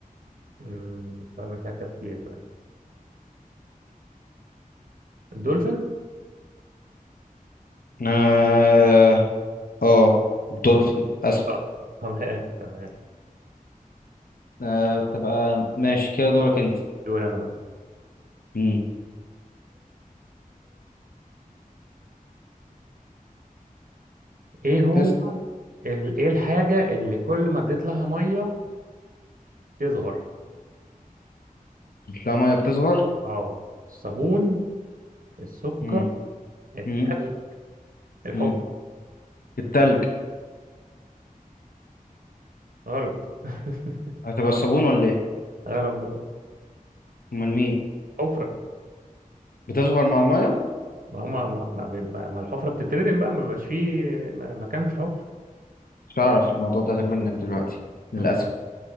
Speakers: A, on the right; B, on the left.
A: مم، سؤال محتاج تفكير فعلا. الدولفين
B: اه آه، دولفين اسف
A: صح <laughs> تمام تمام
B: آه تبقى ماشي كده دورك انت
A: دور أنا بقى
B: امم
A: إيه هو
B: تسأل
A: ال... إيه الحاجة اللي كل ما اديت لها مية تصغر
B: لا ميه بتصغر
A: اه الصابون السكر
B: امم
A: التلج
B: امم
A: الحفرة
B: امم التلج
A: غلط <laughs>
B: هتبقى الصابون ولا ايه
A: غلط برضه
B: امال مين
A: حفرة
B: بتصغر مع الميه
A: ما هما ما, ما, بيبقى- ما الحفرة بتتردم بقى ما بيبقاش فيه م- مكان في الحفرة
B: مش هعرف الموضوع ده غير منك دلوقتي للاسف
A: <laughs>